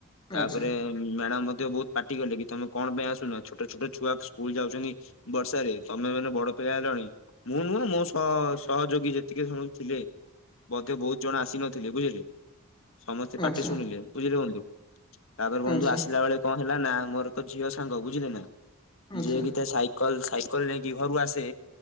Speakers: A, on the left; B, on the left.
A: ତାପରେ
B: ଆଚ୍ଛା
A: ମ୍ୟାଡାମ୍ ମଧ୍ୟ ବହୁତ ପାର୍ଟି କଲେ କି ତମେ କଣ ପାଇଁ ଆସୁନ, ଛୋଟ ଛୋଟ ଛୁଆ ସ୍କୁଲ ଯାଉଛନ୍ତି। ବର୍ଷ ରେ, ତମେ ମାନେ ବଡ଼ ପିଲା ହେଲଣି। ମୁଁ ନୁହଁ ମୋ ସହ ସହଯୋଗୀ ଯେତିକ ସଵୁ ଥିଲେ। ବୋଧେ ବହୁତ ଜଣ ଆସି ନଥିଲେ ବୁଝିଲେ, ସମସ୍ତେ
B: ଆଚ୍ଛା
A: ପାଟି ଶୁଣିଲେ ବୁଝିଲେ ବଂଧୁ। ତାପରେ ବନ୍ଧୁ
B: ଆଚ୍ଛା
A: ଆସିଲା ବେଳେ କଣ ହେଲା ନା ମୋର ଏକ ଝିଅ ସାଙ୍ଗ ବୁଝିଲେ ନା,
B: ଆଚ୍ଛା
A: ଯିଏକି ତା ସାଇ କଲ ସାଇକଲ ନେଇକି ଘରୁ ଆସେ,